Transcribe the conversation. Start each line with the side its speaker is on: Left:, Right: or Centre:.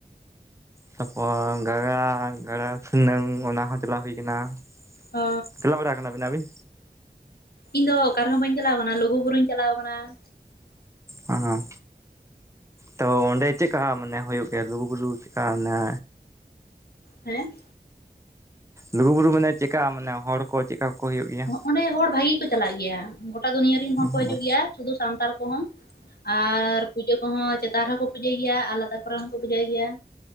Right: ᱛᱟᱯᱚᱨ ᱜᱟᱜᱟᱲ ᱜᱟᱰᱟ ᱥᱩᱱᱟᱹᱢ ᱚᱱᱟ ᱦᱚᱸ ᱪᱟᱞᱟᱣ ᱦᱩᱭ ᱟᱠᱟᱱᱟ ᱾
Left: ᱚ
Right: ᱪᱟᱞᱟᱣ ᱵᱟᱲᱟ ᱠᱟᱱᱟ ᱵᱮᱱ ᱟᱹᱵᱤᱱ?
Left: ᱤᱧ ᱫᱚ ᱚᱠᱟ ᱨᱮ ᱦᱚᱸ ᱵᱟᱹᱧ ᱪᱟᱞᱟᱣ ᱟᱠᱟᱱᱟ ᱞᱩᱜᱩᱵᱩᱨᱩᱧ ᱪᱟᱞᱟᱣ ᱟᱠᱟᱱᱟ ᱾
Right: ᱦᱮᱸ ᱛᱚ ᱚᱸᱰᱮ ᱪᱮᱫᱠᱟ ᱢᱟᱱᱮ ᱦᱩᱭᱩᱜ ᱜᱮᱭᱟ ᱞᱩᱜᱩᱼᱵᱩᱨᱩ ᱪᱮᱫᱠᱟ ᱚᱱᱮᱼᱼ
Left: ᱦᱮᱸᱜ
Right: ᱞᱩᱜᱩᱼᱵᱩᱨᱩ ᱢᱟᱱᱮ ᱪᱮᱫᱠᱟ ᱢᱟᱱᱮ ᱦᱚᱲ ᱠᱚ ᱪᱮᱫᱠᱟ ᱠᱚ ᱦᱮᱡᱩᱜ ᱜᱮᱭᱟ?
Left: ᱚᱸᱰᱮ ᱦᱚᱲ ᱵᱷᱟᱜᱮ ᱠᱚ ᱪᱟᱞᱟᱜ ᱜᱮᱭᱟ ᱜᱳᱴᱟ ᱫᱩᱱᱤᱭᱟᱹ ᱨᱮᱱ
Right: ᱦᱮᱸ
Left: ᱦᱚᱲ ᱠᱚ ᱦᱤᱡᱩᱜ ᱜᱮᱭᱟ ᱥᱩᱫᱷᱩ ᱥᱟᱱᱛᱟᱲ ᱠᱚᱦᱚᱸ ᱾ ᱟᱨ ᱯᱩᱡᱟᱹ ᱠᱚ ᱦᱚᱸ ᱪᱮᱛᱟᱱ ᱨᱮ ᱦᱚᱸ ᱠᱚ ᱯᱩᱡᱟᱹ ᱜᱮᱭᱟ <unintelligible> ᱠᱚᱨᱮ ᱦᱚᱸᱠᱚ ᱯᱩᱡᱟᱹᱭ ᱜᱮᱭᱟ,